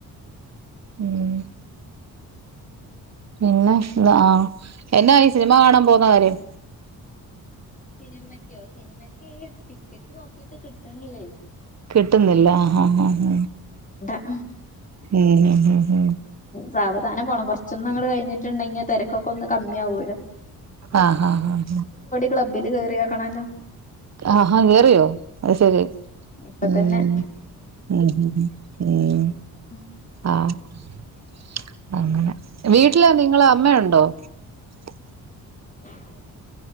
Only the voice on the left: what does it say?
സിനിമയ്ക്കോ സിനിമക്ക് ടിക്കറ്റ് നോക്കിട്ട് കിട്ടണില്ലേ
ആ
സാവധാനം പോണം കൊറച്ചൊന്നങ്ങട് കഴിഞ്ഞിട്ടുണ്ടെങ്കി തിരക്കൊക്ക ഒന്ന് കമ്മി ആവൂല്ലോ
ക്ലബ്ബില് കേറിയോക്കണല്ലോ
ഇപ്പൊ
തന്നെ
ഉം
<inaudible>